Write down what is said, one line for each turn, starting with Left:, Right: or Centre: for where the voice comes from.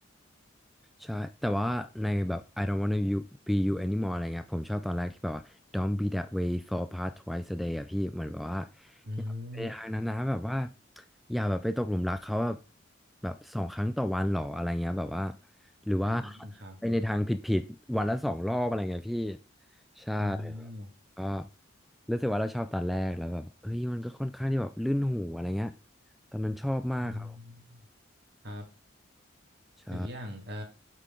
Centre: ใช่แต่ว่าในแบบ I don't wanna you be you anymore อะไรเงี้ยผมชอบตอนแรกที่แบบว่า don't be that way fall apart twice a day อะพี่เหมือนแบบว่า
Right: อืม
Centre: อย่าไปทางนั้นนะแบบว่าอย่าแบบไปตกหลุมรักเขาแบบแบบสองครั้งต่อวันหรออะไรเงี้ยแบบว่าหรือว่า
Right: อ่าครับ
Centre: <laughs> ไปในทางผิดๆวันละสองรอบอะไรเงี้ยพี่ใช่
Right: อ่า
Centre: ก็รู้สึกว่าเราชอบตอนแรกแล้วแบบเฮ้ยมันก็ค่อนข้างที่แบบลื่นหูอะไรเงี้ยตอนนั้นชอบมากครับ
Right: อืมครับ
Centre: ใช่
Right: หรืออย่างเอ่อ